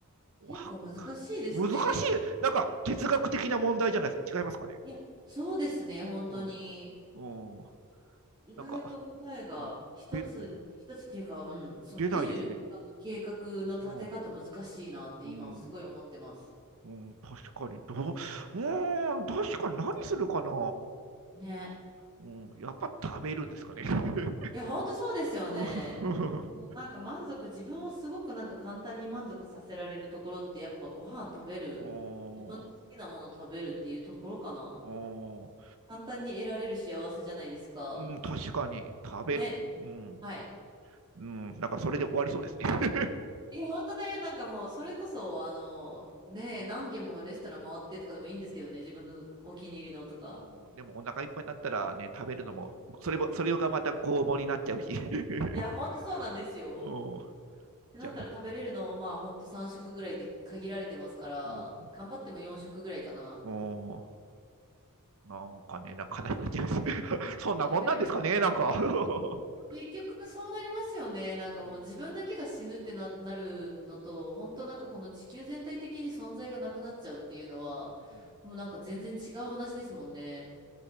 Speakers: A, on the right; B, on the right.
A: わ、
B: 結構難しいですね、
A: 難しい。
B: 現、
A: なんか哲学的な問題じゃないですか。違いますかね。
B: いや、そうですね、本当に。
A: うん、うん、
B: 意外と答えが一つ、
A: なんか、うん、出な
B: 一つっていうか、うん、その24時間の計画の立て方難しいなって今すごい思ってます。
A: 出ないですね。うん、うんうん、確かに、どう、うーん、確かに何するかな。
B: ね。
A: うん、やっぱ食べるんですかね。<laughs>
B: いや、本当そうですよね。
A: うん、
B: うんなんか満足、自分をすごくなんか簡単に満足させられるところってやっぱご飯食べる、
A: お
B: 自分の好きなもの食べるっていうところかな。
A: ーおー
B: 簡単に得られる幸せじゃないですか。
A: うん、確かに食べる。
B: ね。
A: うん、
B: はい。
A: うん、なんかそれで終わりそうですね。<laughs>
B: いや、ほんとね、なんかもう、それこそ、あの、
A: うん
B: ね、何軒もレストラン回ってとかでもいいんですけどね、自分のお気に入りのとか。
A: もう、でもお腹いっぱいになったらね、食べるのも、それも、それがまた拷問になっちゃうし。<laughs>
B: いや、ほんとそうなんですよ。
A: うん、
B: ってなったら食べれるのも、
A: じゃあ、
B: まあ、ほんと3食ぐらいって限られてますから、
A: うん、
B: 頑張っても4食ぐらいかな。
A: うんなんかね、なんか悲しくなっちゃいます。<laughs> そんなもんなんですかね、
B: <laughs>
A: なんか。<laughs>
B: 結局そうなりますよね。なんかもう自分だけが死ぬってな、
A: うん。
B: なるのと、本当なんかこの地球全体的に存在がなくなっちゃうっていうのは、
A: うん。うん。
B: もうなんか全然違う話ですもんね。